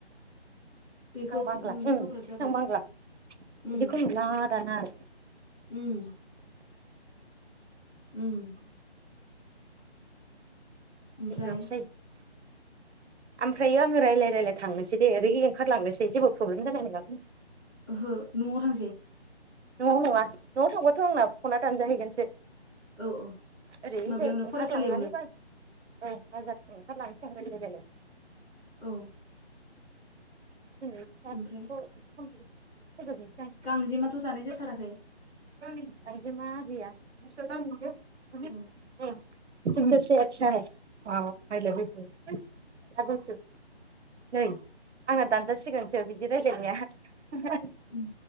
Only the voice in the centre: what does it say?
बेखौ
नुनो गोब्राब जाबाय
उम
उम उम ओमफ्राय
ओहो न'आव थांसै
औ औ
माबायावनो
फरायसालियावनो
औ।
ओमफ्राय
गांजेमाथ' जानाय
जाथाराखै
औ
उम